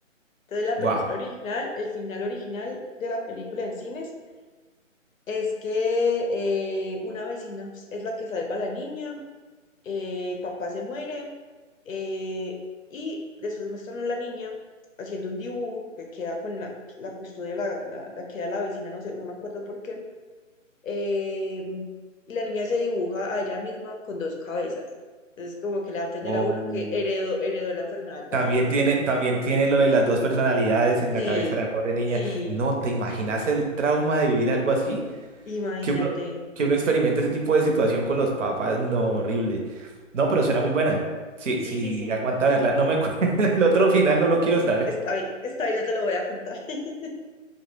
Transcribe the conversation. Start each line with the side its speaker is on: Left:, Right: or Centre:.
Left: Entonces la
Right: Guau.
Left: película original, el final original de la película en cines Es que eh, una vecina es la que salva a la niña, eh, papá se muere eh, y después muestran a la niña haciendo un dibujo porque queda con la, la custodia, la, la, la queda la vecina, no sé, no me acuerdo por qué. eh, y la niña se dibuja a ella misma con dos cabezas. Entonces como que le va a entender
Right: Oh.
Left: a uno que heredó, heredó la enfermedad del papá.
Right: También tiene, también tiene lo de las dos personalidades en
Left: Sí,
Right: la cabeza de la pobre niña.
Left: sí,
Right: ¿No te imaginas el trauma de vivir algo así?
Left: imagínate.
Right: Que uno, que uno experimente ese tipo de situación con los papás. No, horrible. No, pero suena muy buena. Sí,
Left: Sí,
Right: sí,
Left: sí, sí.
Right: aguanta verla. No me cu- <laughs> el otro final, no lo quiero saber.
Left: Está bien, está bien, yo te lo voy a contar. <laughs>